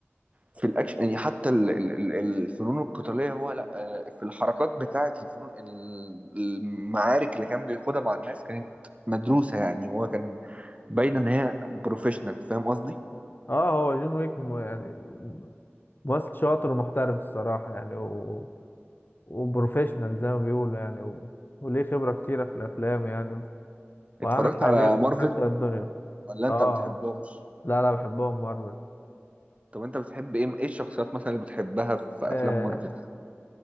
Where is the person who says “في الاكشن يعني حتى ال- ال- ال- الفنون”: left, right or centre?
Right